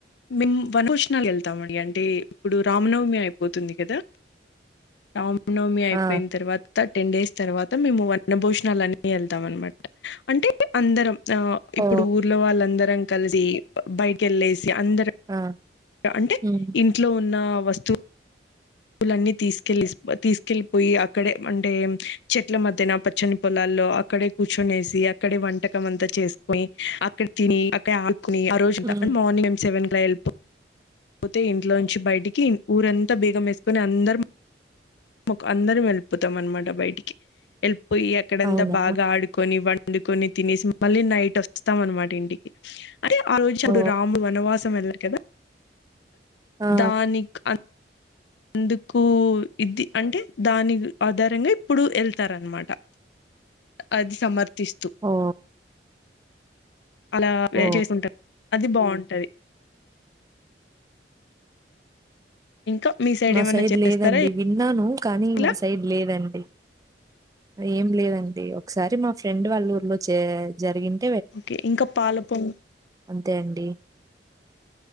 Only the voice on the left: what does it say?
మేము వనభోజనాలకి ఎళ్తామండి అంటే ఇప్పుడు రామనవమి అయిపోతుంది కదా అవును నవమి అయిపోయిన
తర్వాత థర్టీన్ డేస్ తర్వాత మేము వనభోజనాలు అని వెళ్తాం అనమాట అంటే అందరం ఆ ఇప్పుడు
ఊర్లో వాళ్ళందరు రం కలిసి బైక్ ఎల్లేసి అంద్
అంటే
ఇంట్లో ఉన్నా వస్తువు వులన్నీ తీసుకెళ్లి తీసుకెళ్ళిపోయి అక్కడే అంటే చెట్ల మధ్యన పచ్చని పొలాల్లో అక్కడే కూర్చొనేసి అక్కడే వంటకం అంతా చేసుకొని అక్కడ తిని అక్కడే ఆ రోజంతా
మార్నింగ్ సెవెన్ అల ఎల్పో పోతే ఇంట్లో నుంచి బయటికి ఊరంతా బీగం వేసుకుని అందరం కు అందరం వెళ్ళిపోతాం అనమాట బయటికి వె పోయి అక్కడంతా
బాగ ఆడుకొని వండుకొని తినేసి మళ్ళీ నైట్ వస్తాం అనమాట ఇంటికి అదే ఆలోచి అప్పుడు
రాముడు వనవాసం వెల్యా కాదా
దానికి అం అందుకు ఇది అంటే దాని ఆధారంగా ఇప్పుడు వెళ్తార అనమాట అది సమర్థ తిస్తు
అలా
వే చేస్తుంటారు అది బాగుంటది ఇంకా మీ
ఏమైనా
చేస్తారా
ఇలా
ఓకే ఇంకా పాలపం